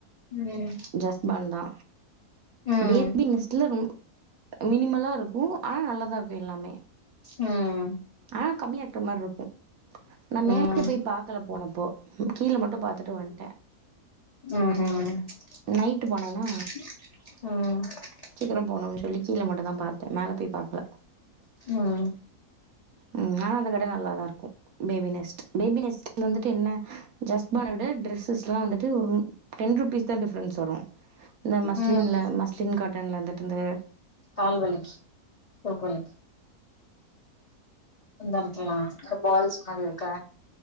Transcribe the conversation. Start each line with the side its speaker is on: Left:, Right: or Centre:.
Left: ம்
Right: ஜஸ்ட் பன்தா
Left: ம்
Right: பேபி <inaudible> மினிமலா இருக்கு ஆனா நல்ல தா இருக்கு எல்லாமே
Left: ம்
Right: ஆனா கம்மியாக்குற மாரி இருக்கு நா
Left: ம்
Right: மேல போய் பாக்கல போனப்போ கீழ மட்டு பாத்துட்டு வந்ட்டே
Left: ம் ம்
Right: நைட்டு போனனா
Left: ம்
Right: சீக்ரோ போணுனு சொல்லி கீழ மட்டு தா பாத்தே மேல போய் பாக்ல
Left: ம்
Right: ம் ஆனா அந்த கடை நல்லா தா இருக்கு பேபி நெஸ்ட் பேபி நெஸ்ட் இது வந்துட்டு என்ன ஜஸ்ட் பார்ன விட டிரெஸ்ஸஸ் எல்லா வந்துட்டு ஒரு டென் ருபீஸ் தா டிஃபரன்ஸ் வரு இந்த மஸ்லின்ல
Left: ம்
Right: மஸ்லின் காட்டன்ல வந்துட்டு இந்த
Left: கால்வலிக்கு குறுக்வலிக்கு <inaudible> பால்ஸ் மாரி இருக்க